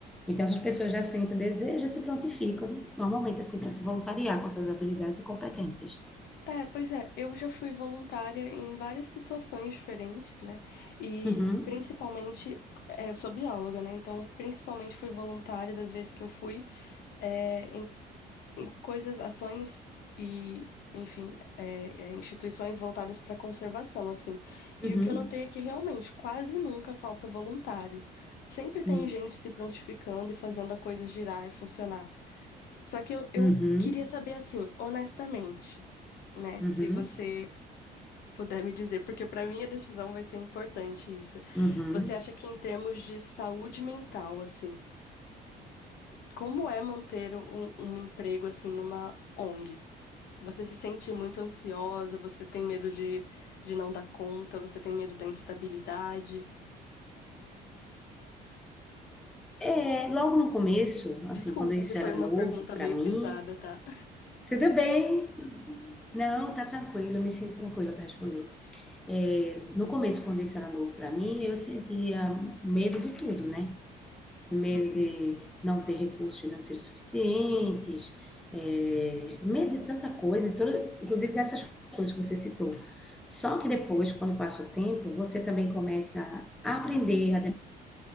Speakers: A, in the centre; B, on the left.
A: Então, essas pessoas já sentem o desejo e se prontificam, normalmente, assim, para se voluntariar com suas habilidades e competências.
B: É, pois é, eu já fui voluntária em várias situações diferentes, né? E
A: Uhum,
B: principalmente, é, eu sou bióloga, né? Então, principalmente fui voluntária das vezes que eu fui, é, em, em coisas, ações e, enfim, é, é, instituições voltadas para conservação, assim.
A: uhum,
B: E o que eu notei é que realmente quase nunca falta voluntário. Sempre tem
A: isso.
B: gente se prontificando e fazendo a coisa girar e funcionar. Só que eu, eu
A: Uhum,
B: queria saber, assim, honestamente, né?
A: uhum,
B: Se você puder me dizer, porque para mim a decisão vai ser importante isso.
A: uhum.
B: Você acha que em termos de saúde mental, assim, como é manter um, um emprego, assim, numa ONG? Você se sente muito ansiosa, você tem medo de, de não dar conta, você tem medo da instabilidade?
A: É, logo no começo, assim,
B: Desculpa
A: quando isso
B: se foi
A: era
B: uma
A: novo
B: pergunta
A: para
B: meio
A: mim,
B: pesada, tá?
A: tudo bem, não, tá tranquilo, eu me sinto tranquila para responder. É, no começo, quando isso era novo para mim, eu sentia medo de tudo, né? Medo
B: Uhum.
A: de não ter recursos financeiros suficientes, é, medo de tanta coisa, de toda- inclusive dessas coisas que você citou. Só que depois, quando passa o tempo, você também começa a aprender a de-